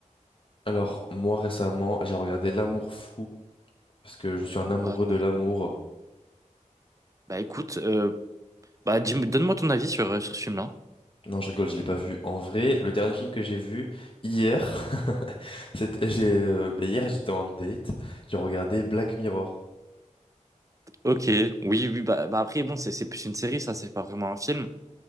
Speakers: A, on the left; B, on the right.
A: Alors, moi récemment, j'ai regardé L'amour fou, parce que je suis un amoureux
B: Oh non.
A: de l'amour.
B: Bah écoute, euh, bah dis- donne-moi ton avis sur, euh, sur ce film-là.
A: Non, je rigole, je l'ai pas vu. En vrai, le dernier film que j'ai vu hier, <laughs> c'était, j'ai, euh, bah, hier j'étais en date, j'ai regardé Black Mirror.
B: Ok, oui, oui, bah, bah après, bon, c'est c'est plus une série, ça, c'est pas vraiment un film.